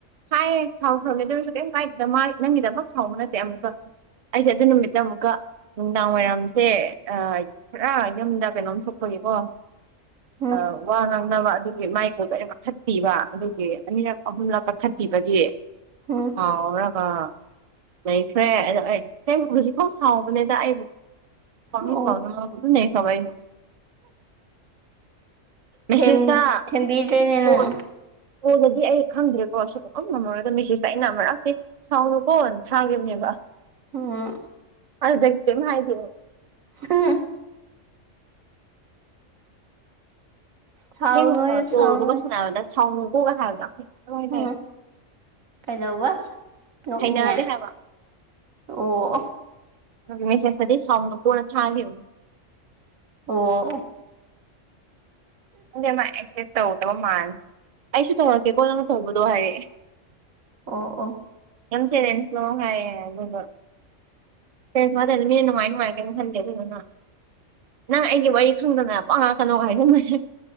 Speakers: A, on the right; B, on the right.
A: ꯍꯥꯏꯌꯦ ꯁꯥꯎꯈ꯭ꯔꯕꯅꯦ ꯑꯗꯨꯁꯨ ꯀꯩꯝ ꯀꯥꯏꯗꯦꯗ ꯃꯥ ꯅꯪꯒꯤꯗꯃꯛ ꯁꯥꯎꯕ ꯅꯠꯇꯦ ꯑꯃꯨꯛꯀ ꯑꯩꯁꯦ ꯑꯗꯨ ꯅꯨꯃꯤꯠꯇ ꯑꯃꯨꯛꯀ ꯅꯨꯡꯗꯥꯡ ꯋꯥꯏꯔꯝꯁꯦ ꯑ ꯈꯔ ꯌꯨꯝꯗ ꯀꯩꯅꯣꯝ ꯊꯣꯛꯄꯒꯤꯀꯣ
B: ꯎꯝ
A: ꯑ ꯋꯥ ꯉꯥꯡꯅꯕ ꯑꯗꯨꯒꯤ ꯃꯥꯏ ꯀꯣꯜꯗꯣ ꯑꯩꯅ ꯀꯛꯊꯠꯄꯤꯕ ꯑꯗꯨꯒꯤ ꯑꯅꯤꯔꯛ ꯑꯍꯨꯝꯂꯛ ꯀꯛꯊꯠꯄꯤꯕꯒꯤ
B: ꯎꯝ
A: ꯁꯥꯎꯔꯒ ꯂꯩꯈ꯭ꯔꯦ ꯑꯗꯣ ꯑꯩ ꯍꯌꯦꯡ ꯍꯧꯖꯤꯛꯐꯥꯎ ꯁꯥꯎꯕꯅꯤꯗ ꯑꯩꯕꯨ ꯁꯥꯎꯅꯤꯡ
B: ꯑꯣ
A: ꯁꯥꯎꯖꯅꯣ ꯄꯨꯟꯅꯍꯦꯛ ꯇꯧꯔꯩꯅꯨ ꯃꯦꯁꯦꯁꯇ
B: ꯊꯦꯝ ꯊꯦꯝꯕꯤꯗ꯭ꯔꯦꯅꯦ
A: ꯀꯣꯜ
B: ꯅꯪ
A: ꯀꯣꯜꯗꯗꯤ ꯑꯩ ꯈꯪꯗ꯭ꯔꯦꯀꯣ ꯁꯨꯉꯝ ꯉꯝꯃꯔꯣꯢꯕ ꯃꯦꯁꯦꯁꯇ ꯑꯩꯅ ꯑꯃꯔꯛꯇꯤ ꯁꯥꯎꯅꯨꯀꯣ ꯊꯥꯈꯤꯕꯅꯦꯕ
B: ꯎꯝ
A: ꯑꯗꯨꯗꯒꯤ ꯀꯩꯝ ꯍꯥꯏꯗꯦ
B: ꯍꯎꯝ ꯁꯥꯎꯅꯣꯍꯦ
A: ꯊꯦꯡꯅ
B: ꯁꯥꯎꯅꯣꯍꯦ
A: ꯀꯣꯜꯒꯨꯝꯕ ꯁꯥꯟꯅꯗ ꯁꯥꯎꯅꯨꯀꯣꯒ ꯍꯥꯏꯕꯗꯣ ꯍꯥꯏꯇꯥꯔꯦ
B: ꯎꯝ ꯀꯩꯗꯧꯕ ꯅꯣꯛꯅꯤꯡꯉꯦ
A: ꯍꯩꯅꯗꯦ ꯍꯥꯏꯕ
B: ꯑꯣ ꯑꯣ
A: ꯃꯦꯁꯦꯁꯇꯗꯤ ꯁꯥꯎꯅꯨꯀꯣꯅ ꯊꯥꯒꯤꯕꯅꯦ
B: ꯑꯣ ꯑꯣ
A: ꯈꯪꯗꯦ ꯃꯥ ꯑꯦꯛꯁꯦꯞ ꯇꯧꯗꯕ ꯃꯥꯜꯂꯦ ꯑꯩꯁꯨ ꯇꯧꯔꯛꯀꯦꯀꯣ ꯅꯪꯅ ꯇꯧꯕꯗꯣ ꯍꯥꯏꯔꯛꯑꯦ
B: ꯑꯣ ꯑꯣ
A: ꯌꯥꯝ ꯆꯦꯂꯦꯟꯁꯂꯣ ꯍꯥꯏꯌꯦ ꯑꯗꯨꯒ ꯀꯩꯅꯣ ꯁꯨꯃꯥꯏ ꯇꯩꯗꯣ ꯃꯤꯅ ꯅꯨꯡꯉꯥꯏ ꯅꯨꯡꯉꯥꯏꯔꯣꯏ ꯀꯩꯏꯝ ꯈꯟꯗꯦ ꯑꯗꯨꯗꯨꯅ ꯅꯪ ꯑꯩꯒꯤ ꯋꯥꯔꯤ ꯈꯪꯗꯅ ꯄꯪꯉꯥꯡ ꯉꯥꯡꯉꯛꯀꯅꯣꯒ ꯍꯥꯏꯖꯟꯕꯁꯦ